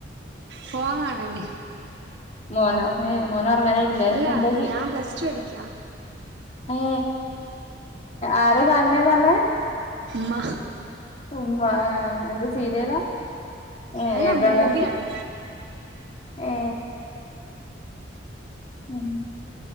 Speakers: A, on the right; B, on the left.
A: ഫോൺ കാണാണ്
B: മോനോ ഏ മോനോ ഉറങ്ങാനായിട്ടില്ലേ
A: അല്ല
B: എന്താ ചെയ്യ
A: ഞാൻ പ്ലസ് ടു പഠിക്കാ
B: ഏ ആര കാണണേന്ന് പറഞ്ഞ
A: മ്മ
B: ഇമ്മ ഏ എന്ത് സീരിയലാ ഏ
A: അല്ല
B: ഏതാണ്
A: മൂവിയാണ്
B: ഏ ഉം